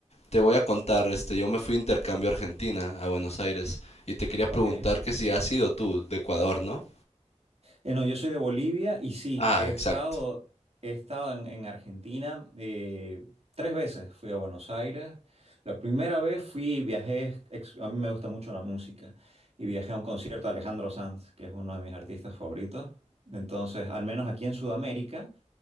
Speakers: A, on the left; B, on the right.
A: te voy a contar, este, yo me fui de intercambio a Argentina, a Buenos Aires, y te quería preguntar
B: Ok.
A: que si has sido tú de Ecuador, ¿no?
B: Eh, no, yo soy de Bolivia y sí,
A: Ah,
B: he estado,
A: exacto,
B: he estado en, en Argentina eh, tres veces. Fui a Buenos Aires. La primera vez fui, viajé, ex- a mí me gusta mucho la música y viajé a un concierto de Alejandro Sanz, que es uno de mis artistas favoritos. Entonces, al menos aquí en Sudamérica,